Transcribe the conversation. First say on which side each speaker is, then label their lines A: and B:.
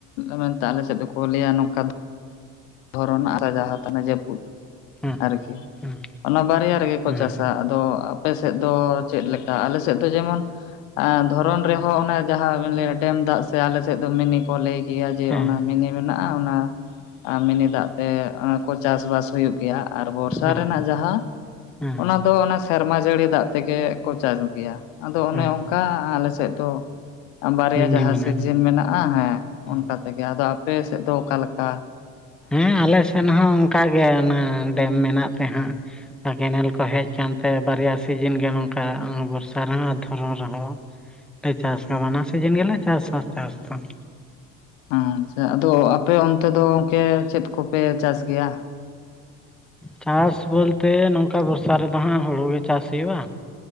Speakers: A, on the left; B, in the centre.
A: ᱢᱮᱱᱛᱮ ᱟᱞᱮᱥᱮᱫ ᱫᱚᱠᱚ ᱞᱟᱹᱭᱟ ᱱᱚᱝᱠᱟ ᱫᱷᱚᱨᱚᱱᱟᱜ ᱨᱟᱡᱟᱣ ᱛᱟᱦᱮ ᱡᱟᱹᱯᱩᱫ
B: ᱦᱮᱸ
A: ᱟᱨᱠᱤ
B: ᱦᱮᱸ
A: ᱚᱱᱟ ᱵᱟᱨᱭᱟ ᱨᱮᱜᱮᱜᱜᱜᱷᱰᱜ
B: ᱦᱮᱸ
A: ᱭᱱᱰ ᱵᱟᱱᱰ ᱷᱰᱷᱰᱷᱰᱜᱰᱠᱚ ᱪᱟᱥᱟ ᱟᱫᱚ ᱟᱯᱮ ᱥᱮᱫ ᱫᱚ ᱪᱮᱫ ᱞᱮᱠᱟ ᱟᱞᱮ ᱥᱮᱫ ᱫᱚ ᱡᱮᱢᱚᱱ ᱟ ᱫᱷᱚᱨᱚᱱ ᱨᱮᱦᱚᱸ ᱚᱱᱟ ᱡᱟᱦᱟᱸᱵᱤᱱ ᱞᱟᱹᱭ ᱰᱮᱢ ᱫᱟᱜ ᱥᱮ ᱟᱞᱮᱥᱮᱫ ᱫᱚ ᱢᱤᱱᱤ ᱠᱚ ᱞᱟᱹᱭ ᱜᱮᱭᱟ ᱡᱮ
B: ᱦᱮᱸ
A: ᱚᱱᱟ
B: ᱦᱮᱸ
A: ᱢᱮᱱᱮ ᱢᱮᱱᱟᱜᱼᱟ ᱚᱱᱟ ᱟᱨ ᱢᱤᱱᱤ ᱫᱟᱜ ᱛᱮ ᱠᱚ ᱪᱟᱥ ᱵᱟᱥ ᱦᱩᱭᱩᱜ ᱜᱮᱭᱟ ᱟᱨᱵᱚᱨ ᱵᱚᱨᱥᱟ
B: ᱦᱮᱸ
A: ᱨᱮᱱᱟᱜ ᱡᱟᱦᱟᱸ
B: ᱦᱮᱸ
A: ᱚᱱᱟ ᱫᱚ ᱚᱱᱟ ᱥᱮᱨᱢᱟ ᱡᱟᱹᱲᱤ ᱫᱟᱜ ᱛᱮᱜᱮ ᱠᱚ ᱪᱟᱥ ᱜᱮᱭᱟ ᱟᱫᱚ ᱚᱱᱮ
B: ᱦᱮᱸ
A: ᱚᱱᱠᱟ ᱟᱞᱮ ᱥᱮᱫ ᱫᱚ ᱵᱟᱨᱭᱟ
B: ᱢᱤᱱᱤ
A: ᱡᱟᱦᱟᱸ
B: ᱢᱮᱱᱟᱜᱼᱟ
A: ᱥᱤᱨᱤᱡᱤᱱ ᱢᱮᱱᱟᱜᱼᱟ ᱦᱮᱸ
B: ᱦᱮᱸ
A: ᱚᱱᱠᱟ ᱛᱮᱜᱮ ᱟᱫᱚ ᱟᱯᱮ ᱥᱮᱫ ᱫᱚ ᱚᱠᱟᱞᱮᱠᱟ
B: ᱦᱮᱸ ᱟᱞᱮ ᱥᱮᱫ ᱦᱚᱸ ᱚᱱᱠᱟ ᱜᱮ ᱚᱱᱟ ᱰᱮᱢ ᱢᱮᱱᱟᱜ ᱛᱮ ᱦᱟᱸᱜ ᱠᱮᱱᱮᱞ ᱠᱚ ᱦᱮᱡ ᱠᱟᱱᱛᱮ ᱵᱟᱨᱭᱟ ᱥᱤᱡᱤᱱ ᱜᱮ ᱱᱚᱝᱠᱟ ᱵᱚᱨᱥᱟ ᱨᱮᱦᱚᱸ ᱟᱨ ᱫᱷᱚᱨᱚᱱ ᱨᱮᱦᱚᱸ ᱮ ᱪᱟᱥ ᱠᱟᱵᱟ ᱚᱱᱟ ᱵᱟᱱᱟᱨ ᱥᱤᱡᱤᱱ ᱜᱮᱞᱮ ᱪᱟᱥ ᱟ ᱪᱟᱥ ᱫᱚ
A: ᱟ ᱟᱪᱪᱷᱟ ᱟᱫᱚ ᱟᱯᱮ ᱚᱱᱛᱮ ᱫᱚ ᱚᱱᱠᱮ ᱪᱮᱫ ᱠᱚᱯᱮ ᱪᱟᱥ ᱜᱮᱭᱟ?
B: ᱪᱟᱥ ᱵᱚᱞᱛᱮ ᱱᱚᱝᱠᱟ ᱵᱚᱨᱥᱟ ᱨᱮᱫᱚᱦᱟᱸᱜ ᱦᱩᱲᱩ ᱜᱮ ᱪᱟᱥ ᱦᱩᱭᱩᱜ-ᱟ᱾